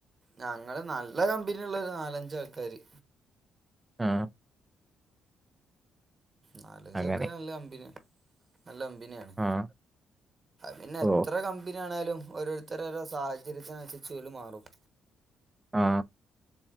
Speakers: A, on the right; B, on the right.
A: ഞങ്ങള് നല്ല കമ്പനിയള്ള ഒരു നാലഞ്ച ആൾക്കാാര്
B: ആഹ!
A: നാലഞ്ചക്ക
B: അങ്ങനെ
A: നല്ല അമ്പിന നല്ല കമ്പനിയ ആാണ്
B: ആഹ്
A: പിന്നെ എത്ര
B: ഓഹ്
A: കമ്പനിയ ആണാലും ഓരോരുത്തര സാഹചര്യത്തിനനുസരിച്ച്ല് മാറും
B: ആ